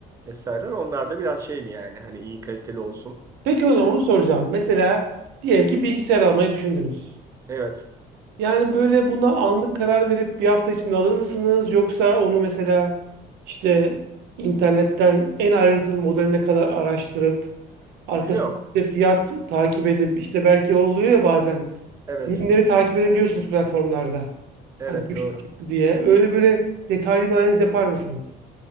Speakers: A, on the right; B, on the right.
A: vesaireler onlar da biraz şey mi yani hani iyi kaliteli olsun.
B: Peki o
A: E,
B: zaman onu soracağım. Mesela diyelim ki bilgisayar almayı düşündünüz.
A: evet.
B: Yani böyle buna anlık karar verip bir hafta içinde alır mısınız? Yoksa onu mesela işte internetten en ayrıntılı modeline kadar araştırıp arkasında
A: Yok.
B: işte fiyat takip edip işte belki oluyor ya bazen
A: Evet.
B: ürünleri takip edebiliyorsunuz platformlarda.
A: Evet
B: Hani düştü
A: doğru.
B: çıktı diye. Öyle böyle detaylı bir analiz yapar mısınız?